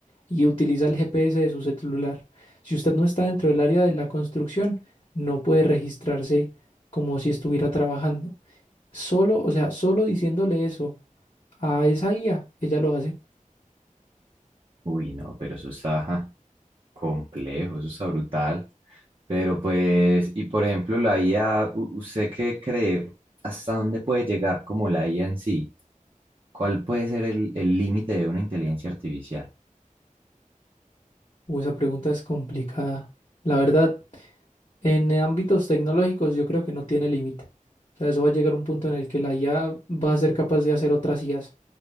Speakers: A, on the left; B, on the right.
A: y utiliza el GPS de su celular. Si usted no está dentro del área de la construcción, no puede registrarse como si estuviera trabajando. Solo, o sea, solo diciéndole eso a esa IA, ella lo hace.
B: Uy, no, pero eso está... ja. Complejo, eso está brutal. Pero pues, y por ejemplo, la IA, ¿u- ¿usted qué cree? ¿Hasta dónde puede llegar como la IA en sí? ¿Cuál puede ser el el límite de una inteligencia artificial?
A: O esa pregunta es complicada. La verdad, en ámbitos tecnológicos yo creo que no tiene límite. O sea, eso va a llegar a un punto en el que la IA va a ser capaz de hacer otras IAs